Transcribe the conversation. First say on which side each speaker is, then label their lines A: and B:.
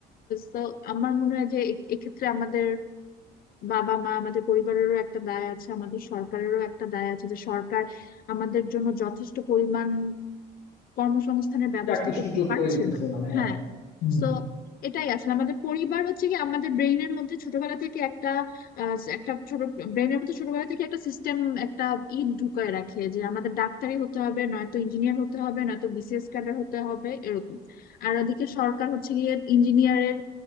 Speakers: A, on the left; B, on the left.
A: তো আমার মনে হয় যে এ- এক্ষেত্রে আমাদের বাবা মা আমাদের পরিবারেরও একটা দায় আছে আমাদের সরকারেরও একটা দায় আছে যে সরকার আমাদের জন্য যথেষ্ট পরিমাণ কর্মসংস্থানের ব্যবস্থা
B: চাকরির
A: করতে
B: সুযোগ
A: পারছে
B: করে দিতেছে
A: না
B: না হ্যাঁ
A: হ্যাঁ
B: হুম।
A: সো এটাই আসলে আমাদের পরিবার হচ্ছে কি আমাদের ব্রেইনের মধ্যে ছোটবেলা থেকে একটা আহ, একটা ছোট ব্রেইনের মধ্যে ছোটবেলা থেকে একটা সিস্টেম একটা ই ঢুকায় রাখে যে আমাদের ডাক্তারই হতে হবে নয়তো ইঞ্জিনিয়ার হতে হবে নয়তো বিসিএস ক্যাডার হতে হবে এরকম আর ওদিকে সরকার হচ্ছে গিয়ে ইঞ্জিনিয়ারের